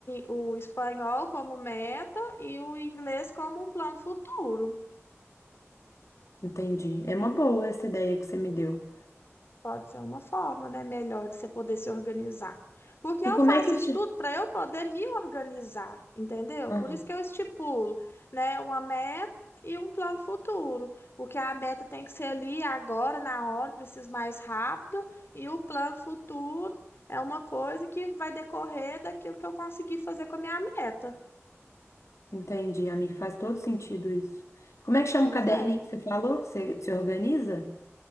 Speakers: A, on the left; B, on the left.
A: o espanhol como meta e o inglês como um plano futuro.
B: entendi. É uma boa essa ideia que você me deu.
A: Pode ser uma forma, né, melhor de você poder se organizar. Porque eu
B: E como
A: faço
B: é que eu
A: isso
B: te.
A: tudo para eu poder me organizar, entendeu?
B: Aham,
A: Por isso que eu estipulo, né, uma meta e um plano futuro. Porque a meta tem que ser ali agora, na hora, preciso mais rápido, e o plano futuro é uma coisa que vai decorrer daquilo que eu conseguir fazer com a minha meta.
B: entendi, amiga. Faz todo sentido isso. Como é que chama
A: Pois
B: o caderninho
A: é.
B: que você falou que você se organiza?